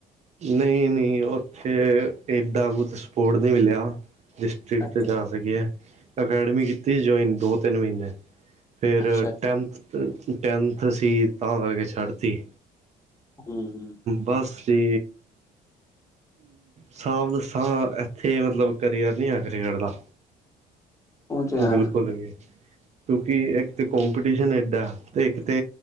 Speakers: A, on the right (about 40°); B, on the left (about 15°).
A: ਨਹੀਂ ਨਹੀਂ ਉੱਥੇ ਏਡਾ ਕੁਛ ਸਪੋਰਟ ਨਹੀਂ ਮਿਲਿਆ। ਡਿਸਟ੍ਰਿਕ
B: ਅੱਛਾ
A: ਜਾਦਾ ਇ ਏ ਅਕੈਡਮੀ ਕੀਤੀ ਸੀ ਜੁਆਇਨ ਦੋ ਤਿੰਨ ਮਹੀਨੇ। ਫਿਰ
B: ਅੱਛਾ ਅੱਛਾ
A: ਟੈਨਥ ਟੈਨਥ ਸੀ ਤਾਂ ਕਰਕੇ ਛੱਡ ਤੀ।
B: ਹਮ ਹਮ।
A: ਬਸ ਜੀ। ਸਾਫ਼ ਦੱਸਾਂ। ਇੱਥੇ ਮਤਲਬ ਕਰੀਅਰ ਨੀ ਆ ਕ੍ਰਿਕਟ ਦਾ।
B: ਉਹ ਤੇ ਹੈ
A: ਬਿਲਕੁਲ ਜੀ। ਕਿਉਂਕਿ ਇੱਕ ਤੇ ਕਪੀਟੀਸ਼ਨ ਏਡਾ। ਤੇ ਇੱਕ ਤੇ